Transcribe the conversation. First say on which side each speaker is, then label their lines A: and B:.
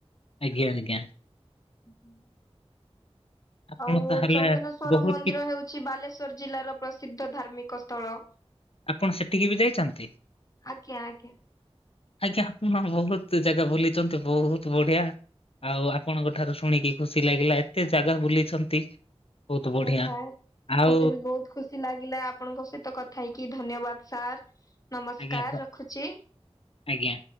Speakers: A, on the left; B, on the left.
A: ଆଜ୍ଞା ଆଜ୍ଞା।
B: <unintelligible>
A: ଆପଣ
B: ଆଉ
A: ତାହେଲେ
B: ଚନ୍ଦନେଶ୍ଵର
A: ବହୁତ
B: ମନ୍ଦିର
A: କି
B: ହେଉଛି ବାଲେଶ୍ଵର ଜିଲ୍ଲାର ପ୍ରସିଦ୍ଧ ଧାର୍ମିକ ସ୍ଥଳ।
A: ଆପଣ ସେଠିକି ବି ଯାଇଚନ୍ତି?
B: ଆଜ୍ଞା ଆଜ୍ଞା
A: ଆଜ୍ଞା <unintelligible> ବହୁତ ଜାଗା ବୁଲିଛନ୍ତି ବହୁତ ବଢିଆ। ଆଉ ଆପଣଙ୍କ ଠାରୁ ଶୁଣିକି ଖୁସି ଲାଗିଲା ଏତେ ଜାଗା ବୁଲିଛନ୍ତି। ବହୁତ
B: ଆଜ୍ଞା
A: ବଢିଆ।
B: ସାର୍!
A: ଆଉ
B: ମତେ ବି ବହୁତ ଖୁସି ଲାଗିଲା ଆପଣଙ୍କ ସହିତ କଥା ହେଇକି ଧନ୍ୟବାଦ ସାର୍ ନମସ୍କାର
A: ଆଜ୍ଞା
B: ରଖୁଚି।
A: ଆଜ୍ଞା।